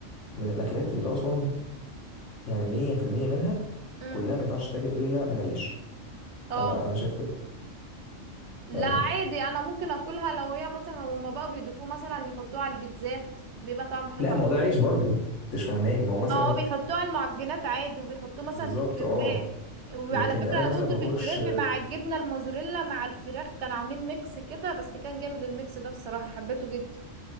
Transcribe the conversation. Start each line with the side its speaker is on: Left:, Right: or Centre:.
Left: من الأكلات اللي أصلا يعني 100% منها
Right: امم
Left: كلها ما ينفعش تتاكل إلا بالعيش
Right: اه
Left: أنا أنا شايف كده
Right: لا
Left: يعني
Right: عادي انا ممكن اكلها لو هي مثلا هما بقى بيضيفوه مثلا يحطوه على البيتزات بيبقى طعمه حلو
Left: لا ما هو ده عيش برضو أنتش فاهماني ما هو مثلا
Right: ما هو بيحطوه على المعجنات عادي وبيحطوه مثلا
Left: بالظبط
Right: في الكريبات
Left: أه
Right: وعلى
Left: لكن
Right: فكرة
Left: أنا مثلا
Right: انا دوقته
Left: ما أكلش
Right: في الكريب مع الجبنة الموزاريلا مع الفراخ كانوا عاملين ميكس كده بس كان جامد الميكس ده بصراحة حبيته جدا